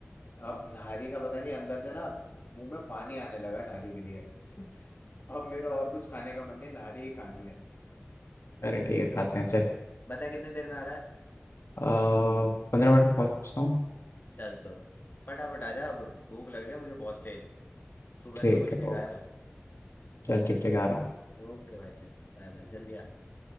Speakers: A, on the left (about 45°); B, on the left (about 80°).
A: अब नाहरी का पता नहीं अंदर से ना मुंह में पानी आने लगा है नाहरी के लिए <laughs> अब मेरा और कुछ खाने का मन नहीं है, नाहरी ही खानी है
B: अरे ठीक है खाते हैं चल
A: बता कितने देर में आ रहा है
B: पंद्रह मिनट में पहुंचता हूँ
A: चल तो फटाफट आ जा अब भूख लग रही है मुझे बहुत तेज सुबह
B: ठीक
A: से कुछ
B: है
A: नहीं खाया
B: ओके चल ठीक ठीक आ रहा हूँ
A: ओके भाई चल बाय बाय जल्दी आ